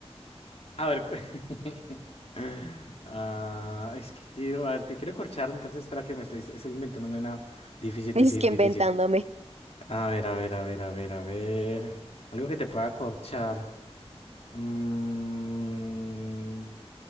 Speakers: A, on the left (about 65°); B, on the right (about 75°).
A: A ver, cu- <laughs> ah, es que quiero, a ver, te quiero corchar, entonces espera que me estoy, estoy inventándome una difícil,
B: <laughs> Es
A: difícil,
B: que
A: difícil.
B: inventándome.
A: A ver, a ver, a ver, a ver, a ver. Algo que te pueda corchar. Mm,